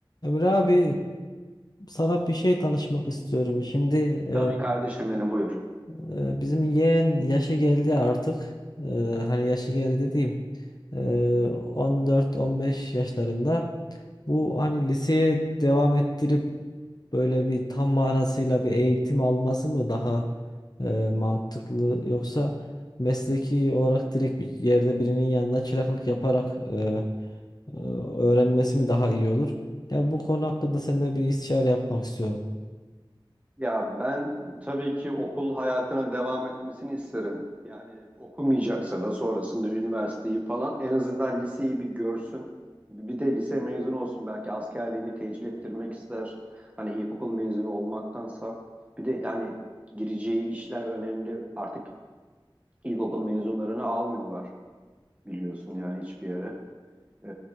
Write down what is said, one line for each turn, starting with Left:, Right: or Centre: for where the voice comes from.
Left: Emre abi e, sana bir şey danışmak istiyorum. Şimdi e,
Right: Tabii kardeşim benim buyur.
Left: e, bizim yeğen yaşı geldi artık. E, hani yaşı geldi dediğim e, 14-15 yaşlarında. Bu hani liseye devam ettirip böyle bir tam manasıyla bir eğitim alması mı daha e, mantıklı yoksa mesleki olarak direkt bir yerde birinin yanında çıraklık yaparak e, e, öğrenmesi mi daha iyi olur? Yani bu konu hakkında seninle bir istişare yapmak istiyorum.
Right: Ya ben tabii ki okul hayatının devam etmesini isterim. Yani okumayacaksa da sonrasında üniversiteyi falan en azından liseyi bir görsün. Bir de lise mezunu olsun belki askerliğini tecil ettirmek ister. Hani ilkokul mezunu olmaktansa. Bir de yani gireceği işler önemli. Artık ilkokul mezunlarını almıyorlar biliyorsun yani hiçbir yere. Ee,